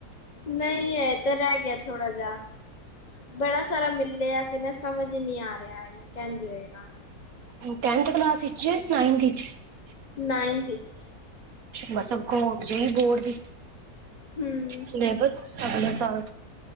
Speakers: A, on the left; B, on the right.
A: ਨਹੀਂ ਹੈ ਤਾਂ ਰਹਿ ਗਿਆ ਥੋੜਾ ਜਾ। ਬੜਾ ਸਾਰਾ ਮਿਲਿਆ ਸੀ ਨਾ ਸਮਝ ਹੀ ਨਹੀਂ ਆ ਰਿਹਾ ਸੀ ਕਿੰਜ ਹੋਏਗਾ।
B: ਟੈਨਥ <unintelligible>
A: ਨਾਇੰਥ ਇਚ।
B: ਬਸ ਅੱਗੋਂ ਜਿਹੀ ਬੋਰਡ ਦੀ
A: ਹੂੰ
B: ਸਿਲੇਬਸ ਅਗਲੇ ਸਾਲ।